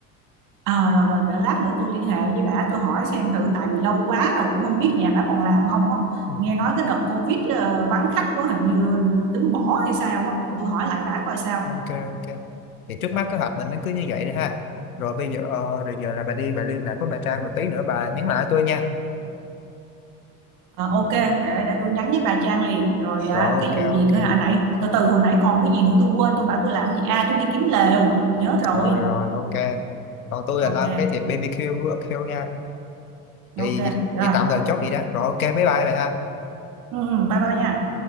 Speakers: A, on the right; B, on the left.
A: à, rồi rồi để lát nữa tôi liên hệ với bà tôi hỏi xem thử tại vì lâu quá rồi cũng không biết nhà bà còn làm không á
B: ừ.
A: nghe nói cái đợt covid ờ, vắng khách quá hình như à, tính bỏ hay sao á Để tôi hỏi lại bà coi sao
B: ok ok thì trước mắt kế hoạch mình nó cứ như vậy đi ha rồi bây giờ ờ, rồi giờ là bà đi bà liên lạc với bà Trang rồi tí nữa bà nhắn lại tôi nha
A: Ờ, ok để để tôi nhắn với bà Trang liền rồi à,
B: rồi ok
A: cái vụ gì
B: ok
A: nữa hả? à nãy từ từ hồi nãy còn cái gì nữa tôi quên tôi bảo tôi làm gì à tôi đi kiếm lều nhớ rồi
B: rồi rồi ok còn tôi
A: ok
B: là lo cái thiệp BBQ với Q nha thì
A: ok
B: vậy
A: rồi
B: tạm thời chốt vậy đó rồi ok bye bye bà ha
A: ừ, ừ, bye bye nha